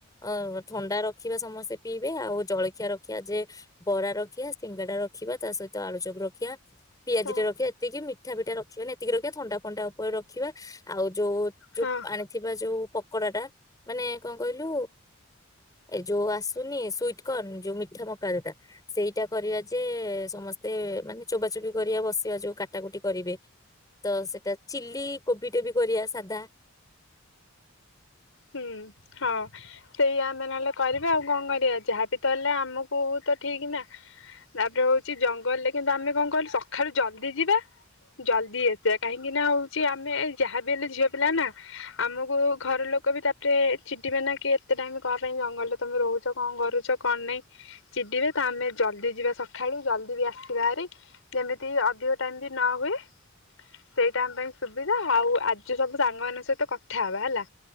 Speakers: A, on the left; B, on the left.
A: ଅ ଥଣ୍ଡା ରଖିବା ସମସ୍ତେ ପିଇବେ ଆଉ ଜଳଖିଆ ରଖିବା ଯେ ବରା ରଖିବା ସିଙ୍ଗା ଟା ରଖିବା ତା ସହିତ ଆଳୁ ଚବୁ ରଖିବା। ପିଆଜି
B: ହଁ।
A: ଟା ରଖି ଏତିକି ମି ପଠାିଟାଖିବେ ଏକି ରଖିବାଥଣ୍ଡା। ଟା ଉପରେ ରଖିବା ଆଉ ଯୋଉ ଯୋଉ
B: ହଁ।
A: ଆଣିଥିବା ଯୋଉ ପକୋଡା ଟା। ମାନେ କଣ କହିଲୁ ଏ ଯୋଉ ଆସୁନି ସୁଵିଟକର୍ଣ୍ଣ ଯୋଉ ମିଠା ମକାଦଟା ସେଇଟା କରିବା ଯେ ସମସ୍ତେ ମାନେ ଚୋବାଚୋବି କରିବା ବସିବା ଯୋଉ କାଟାକୁଟି କରିବେ ତ ସେଇଟା ଚିଲି କୋବି ଟେ ବି କରିବା ସାଧା।
B: ହୁଁ ହଁ ସେଇ ଆମେ ନହେଲେ କରିବା ଆଉ କଣ କରିବା ଯାହାବ ତ ହେଲେ ଆମକୁ ତ ଠିକ ନା ତାପରେ ହଉଛି ଜଙ୍ଗଲରେ କିନ୍ତୁ ଆମେ କଣ କିଲୁ ସକାଳୁ ଜଲଦି ଯିବା ଜଲଦି ଆସିବା କାହିଁକି ନା ହଉଛି ଆମେ ଯାହାବି ହେଲେ ଝିଅ ପିଲା ନା ଆମକୁ ଘର ଲୋକ। ଲୋକ ବି ତାପରେ ଚିଡିବେ ନା କି ଏତେ ଟାଇମ କ ପାଇଁ ଜଙ୍ଗଲରେ ତମେ ରହୁଛ କଣ କରୁଛ କଣ ନାହିଁ ଚିଡିବେ ତ ଆମେ ଜଲଦି ଯିବା ସକାଳୁ ଜଲଦି ବି ଆସିବା ଭାରି ଯେମିତି ଅଧିକ ଟାଇମ ବି ନ ହୁଏ ସେଇ ଟାଇମ ପାଇଁ ସୁବିଧା ଆଉ ଆଜି ସବୁ ସାଙ୍ଗମାନଙ୍କ ସହିତ କଥା ହବା ହେଲା।